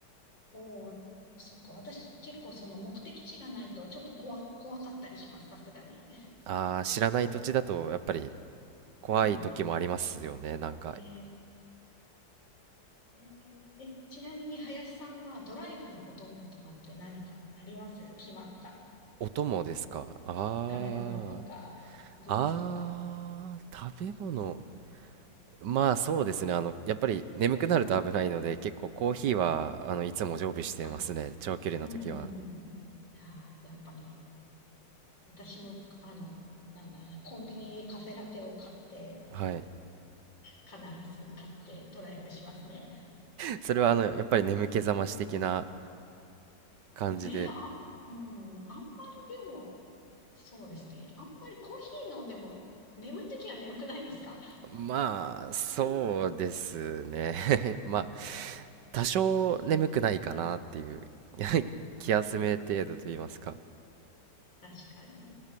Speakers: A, on the left; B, on the right.
A: おお、そっか。私結構その目的地がないとちょっと怖、怖かったりします。さすがに。
B: ああ、知らない土地だとやっぱり怖い時もありますよね。
A: <laughs> うん。
B: なんか、
A: ねえー、えーえ、ちなみに林さんはドライブのお供とかって何かあります決まった
B: 音もですか。あ
A: 食べ物とか、グッズとか。
B: あ、ああ、食べ物。まあそうですね。あの、やっぱり眠くなると危ないので、結構コーヒーは、あの、いつも常備してますね。
A: あ、
B: 長距離の時は。
A: うんうんうん。あやっぱり。私も、あの、なんだ、コンビニでカフェラテを買って、
B: はい。
A: 必ず買ってドライブしますね。
B: それは、あの、やっぱり眠気覚まし的な感じで。
A: ね、あ、うん、あんまりでも、そうですね。あんまりコーヒー飲んでも眠いときは眠くないですか
B: まあ、そうですね。
A: <laughs>
B: <laughs> まあ、多少眠くないかなっていう <laughs> 気休め程度と言いますか。
A: 確かに。